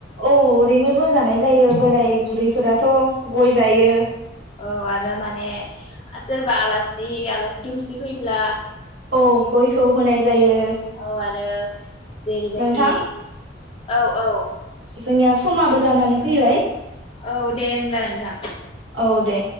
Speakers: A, on the right; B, on the left.
A: औ ओरैनोबो जानाय जायो
B: औ
A: बोराय बुरैफोरा। थ गय जायो।
B: औ आरो माने सोरबा आलासि आलासि दुमसि फैब्ला
A: औ गयखौ होनाय जायो
B: औ आरो जेरैबायदि
A: नोंथां
B: औ औ।
A: जोंनिया समाबो जानानै फैबाय।
B: औ दे होनब्ला नोंथां।
A: औ दे।